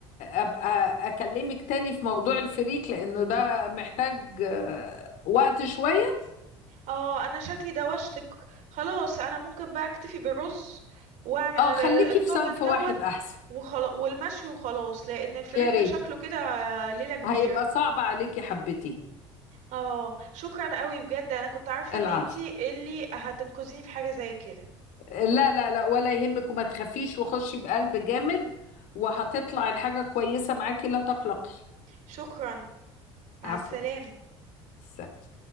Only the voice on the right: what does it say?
اه انا شكلي دوشتك خلاص انا ممكن بقى اكتفي بالرز واعمل
الطاجن
دوت
وخلاص والمشوي وخلاص لان الفريك
ده شكله كده ليلة كبيرة
اه شكرا قوي بجد انا كنت عارفة
ان انتي اللي هتنقذيني في حاجة زي كده
شكرا مع
السلامة